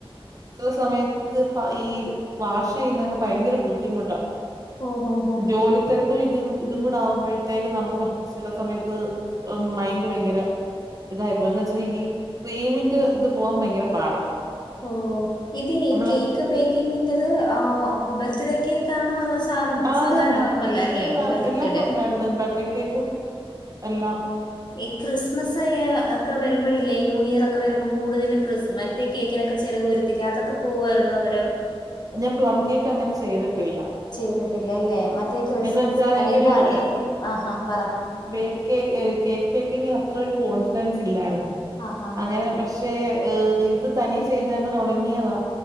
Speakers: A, on the right; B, on the left.
A: ചില സമയത്ത് ഈ വാഷ് ചെയ്യുന്നൊക്കെ ഭയങ്കര ബുദ്ധിമുട്ടാ
B: ഓഹോ
A: ജോലി തിരക്ക് ഇപ്പൊ ഇത് ഇതും കൂടെ ആവുമ്പഴത്തേക്ക് നമുക്ക് ചില സമയത്ത് മൈൻഡ് ഭയങ്കര ഇതായിപ്പോ എന്ന് വെച്ചാ ഈ ക്രീമിൻ്റെ ഇത് പോവാൻ ഭയങ്കര പാടാ
B: ഓ ഇതേ
A: നമ്മള്
B: കേക്ക് ബേ കിങ്ങിൻ്റെ ഇത് ഏഹ് ബർത്ത്ഡേ കേക്കാണോ അതോ <unintelligible>
A: ആഹ്
B: സാധാ
A: അത് തന്നെ
B: നോർമൽ അല്ലേ
A: അതല്ലെടാ
B: ബർത്ത്ഡേ
A: എല്ലാക്കുണ്ടായിരുന്നു ബർഡേ കേക്കും എല്ലാം
B: ഈ ക്രിസ്മസ് ഒക്കെ വരുമ്പഴില്ലേ ഈ ന്യൂ ഇയർ ഒക്കെ വരുമ്പോ കൂടുതലും ക്രിസ് മറ്റേ കേക്കിനൊക്കെ ചെലവ് വരുത്തില്ലേ അതൊക്കെ പോകവായിരുന്നോ അന്നേരം
A: ഞാൻ പ്ലം കേക്ക് അങ്ങനെ ചെയ്തിട്ടില്ല
B: ചെയ്തിട്ടില്ലല്ലേ മറ്റേ ക്രിസ്മസ്
A: എന്ന് വെച്ചാൽ എനിക്കൊരു
B: അല്ല ഇതാർന്ന്
A: ഈ
B: ആഹാ പറ
A: ബേക്ക് കേക്ക് ഏഹ് കേക്ക് ബേക്കിങ്ങിലത്ര ഒരു കോൺഫിഡൻസ് ഇല്ലായിരുന്ന്
B: ആഹാ
A: അങ്ങനെ
B: ഹാ
A: പ ഏഹ് ഏഹ് ഇത് തനിയേ ചെയ്ത് തന്നെ തുടങ്ങിയതാ.